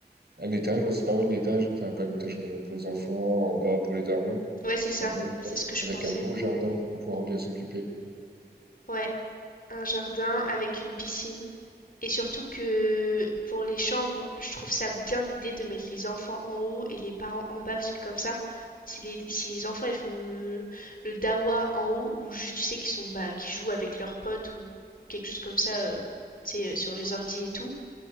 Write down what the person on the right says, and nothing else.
un étage, ouais, c'est pas mal l'étage. Enfin, pas un étage euh, pour les enfants, en bas pour les darons.
C'est
pas mal
ça.
Avec
un beau jardin pour pouvoir bien s'occuper.